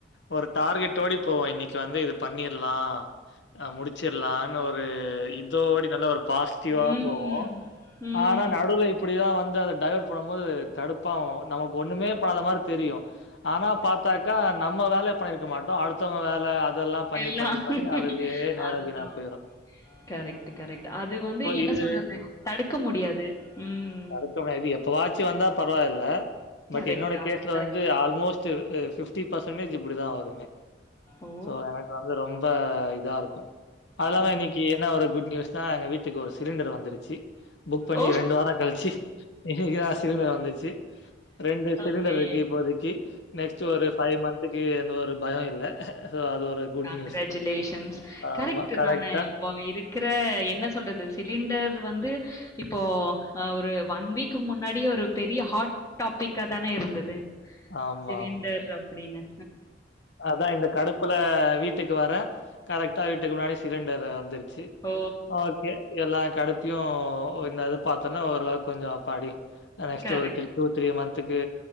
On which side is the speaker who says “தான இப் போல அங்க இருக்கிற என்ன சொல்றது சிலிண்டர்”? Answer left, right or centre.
Left